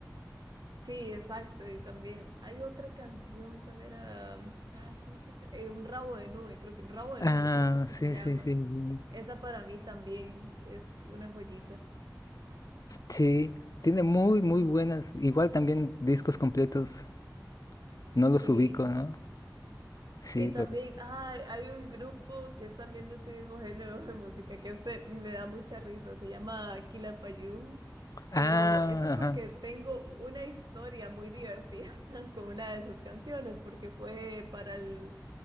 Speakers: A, on the right (about 75°); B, on the left (about 55°).
A: sí, exacto. Y también hay otra canción, ¿cuál era? Ay, ¿cómo es que se eh, un rabo de nube, creo que un rabo de
B: Ah,
A: nube, creo que es que
B: sí,
A: se llama.
B: sí, sí, sí.
A: Esa para mí también es una joyita.
B: Sí, tiene muy, muy buenas. Igual también discos completos. No los
A: Sí.
B: ubico, ¿no? Sí,
A: Y también,
B: pero.
A: ah, hay un grupo que es también de este mismo género de música, que este me da mucha risa, se llama Quilapayún,
B: Ah,
A: pero eso es
B: ajá.
A: porque tengo una historia muy divertida <laughs> con una de sus canciones, porque fue para el,